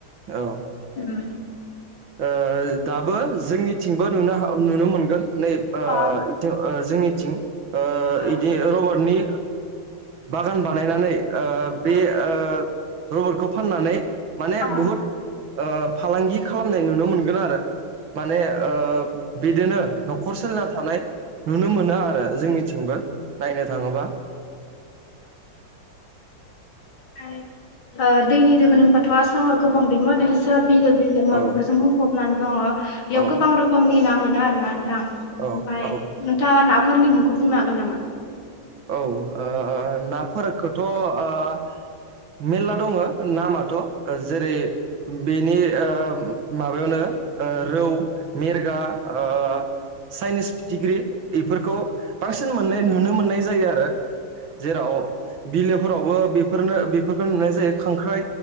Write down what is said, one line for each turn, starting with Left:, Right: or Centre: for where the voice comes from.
Right: औ ओ
Left: उम
Right: ओ दाबो जोंनिथिंबो नुनो हा नुनो मोनगोन नै ओ
Left: अ
Right: ओ जोंनिथिं ओ
Left: अ
Right: बिदि रबारटनि बागान बानायनानै ओ
Left: अ
Right: बे ओ रबारखौ फाननानै माने
Left: अ
Right: बुहुद ओ फालांगि खालामनाय नुनो मोनगोन आरो माने बिदिनो नखर नखर सोलिना थानाय नुनो मोनो आरो जोंनिथिंबो नायनो थाङोबा
Left: ओमफ्राय दैनि दोहोन होनबाथ' आसामाव गोबां दैमा दैसा बिलो बिलोमा
Right: औ
Left: बेफोरजों बुंफबनानै दङ बेयाव
Right: औ
Left: गोबां रोखोमनि ना मोनो आरोना नोंथां
Right: औ
Left: ओमफ्राय
Right: औ
Left: नोंथाङा नाफोरनि मुंखौ बुंनो हागोन नामा
Right: औ ओ नाफोरखौथ ओ मेरला दङो नामाथ' जेरै बेनि ओ माबायावनो ओ रौ मेरगा ओ साइनिस पिथिग्रि बेफोरखौ बांसिन मोननाय नु जायो आरो जेराव बिलोफोरावबो बेनो बेफोरखौ नुनाय जायो खांख्राइ